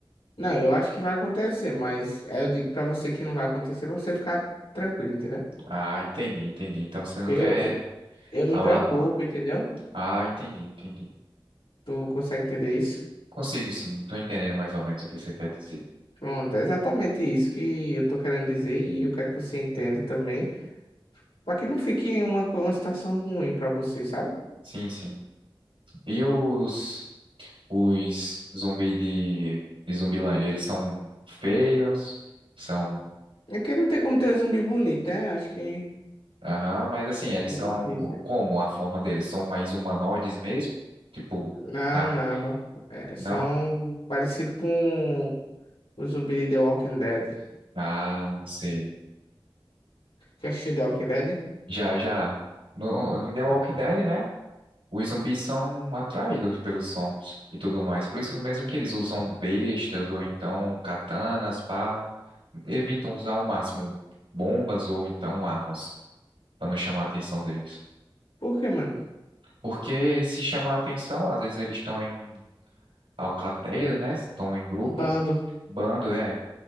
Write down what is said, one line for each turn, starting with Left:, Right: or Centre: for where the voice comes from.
Left: Não, eu acho que vai acontecer, mas aí eu digo pra você que não vai acontecer pra você ficar tranquilo, entendeu?
Right: Ah, entendi, entendi. Então você não
Left: Eu,
Right: quer
Left: eu me
Right: alarmar.
Left: preocupo, entendeu?
Right: Ah, entendi, entendi.
Left: Tu consegue entender isso?
Right: Consigo sim, tô entendendo mais ou menos o que você quer dizer.
Left: Pronto, é exatamente isso que eu tô querendo dizer e eu quero que você entenda também. Pra que não fique uma, co- uma situação ruim pra você, sabe?
Right: Sim, sim. E os, os zumbi de, de Zumbilândia, eles são feios? São.
Left: É que não tem como ter zumbi bonito, né? Acho que
Right: Aham, mas assim, eles
Left: é
Right: são.
Left: difícil.
Right: o- Como a forma deles? São mais humanoides mesmo? Tipo,
Left: Não,
Right: carne?
Left: não. É,
Right: Não?
Left: são parecido com os zumbi de The Walking Dead.
Right: Ah, sei.
Left: Já assistiu The Walking Dead?
Right: Já, já. No, em The Walking Dead, né? Os zumbis são atraídos pelos sons e tudo mais. Por isso mesmo que eles usam bestas ou então katanas para evitam usar ao máximo bombas ou então armas para não chamar a atenção deles.
Left: Por quê, mano?
Right: Porque se chamar a atenção, às vezes eles estão em alcateia, né? Estão em grupo,
Left: Bando.
Right: bando, é.